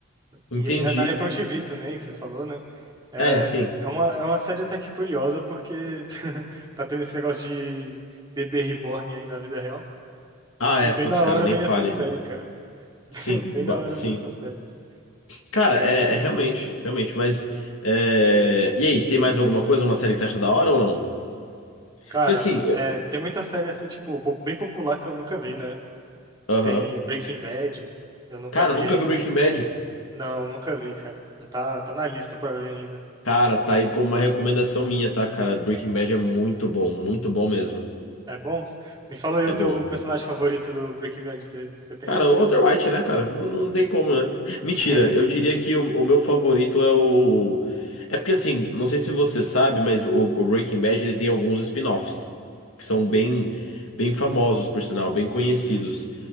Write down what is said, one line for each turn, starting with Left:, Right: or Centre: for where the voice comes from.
Left: Entendi.
Right: E é é na Apple TV também, que você falou, né? É,
Left: É, sim.
Right: é uma, é uma série até que curiosa, porque <laughs> tá tendo esse negócio de bebê reborn aí na vida real.
Left: Ah,
Right: E
Left: é, putz,
Right: bem na
Left: cara,
Right: hora
Left: nem
Right: vem
Left: fale.
Right: essa série, cara. <laughs>
Left: Sim,
Right: Bem
Left: ba-
Right: na hora
Left: sim.
Right: vem essa série.
Left: Cara,
Right: Aí é
Left: é,
Right: curioso.
Left: é realmente, realmente, mas. é, E aí, tem mais alguma coisa, uma série que você acha da hora ou não?
Right: Cara,
Left: Porque assim, eu-
Right: é, tem muita série assim, tipo, po- bem popular que eu nunca vi, né?
Left: aham.
Right: Tem Breaking Bad, eu nunca
Left: Cara,
Right: vi
Left: eu nunca
Right: ainda.
Left: vi Breaking Bad.
Right: Não, nunca vi, cara. Já Tá, tá na lista pra ver ainda.
Left: Cara, tá aí como uma recomendação minha, tá, cara? Breaking Bad é muito bom, muito bom mesmo.
Right: É bom? Me fala aí
Left: É
Right: o
Left: bom.
Right: teu personagem favorito do Breaking Bad. Você você tem
Left: Cara,
Right: um?
Left: o Walter White, né, cara? Não, não tem como, né? Mentira,
Right: <laughs>
Left: eu diria que o, o meu favorito é o. É porque, assim, não sei se você sabe, mas o, o Breaking Bad ele tem alguns spin-offs que são bem, bem famosos, por sinal, bem conhecidos.
Right: Hum,